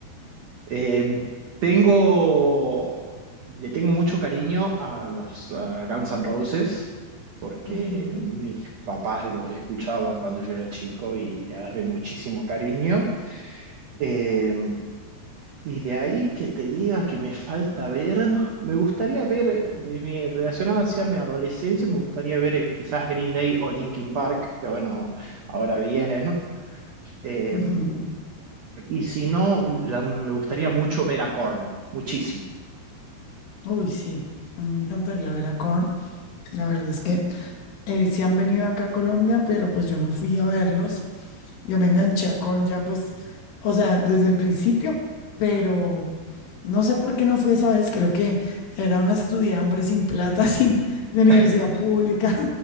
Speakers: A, on the right; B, on the left.
A: Eh, tengo, le tengo mucho cariño a los a Guns N' Roses porque
B: Ujú,
A: mis papás los escuchaban cuando yo era chico y le agarré muchísimo cariño. Eh, y de ahí que te diga que me falta ver, me gustaría ver, de mi, relacionado hacia mi adolescencia, me gustaría ver eh, quizás Green Day o Linkin Park, que bueno, ahora viene, ¿no? Eh,
B: ujú.
A: y si no, la- me gustaría mucho ver a Korn, muchísimo.
B: Uy, sí, a mí me encantaría ver a Korn. La verdad es que eh, sí han venido acá a Colombia, pero pues yo no fui a verlos. Yo me enganché a Korn ya pues, o sea, desde el principio, pero no sé por qué no fui esa vez. Creo que era una estudiambre sin plata, <laughs> sin de universidad
A: <laughs>
B: pública.